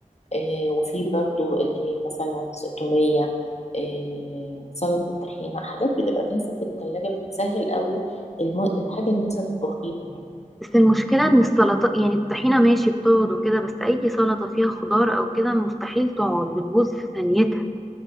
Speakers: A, on the left; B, in the centre.
A: آه، وفي برضو اللي هي مثلا س- توميه آه، سلطه طحينه حاجات بتبقى جاهزه في الثلاجه بتسهل قوي الم- الحاجه اللي انت هتطبخيها يعني
B: بس المشكلة ان السلطة يعني الطحينة ماشي بتقعد وكده بس اي سلطة فيها خضار او كده مستحيل تقعد بتبوظ في ثانيتها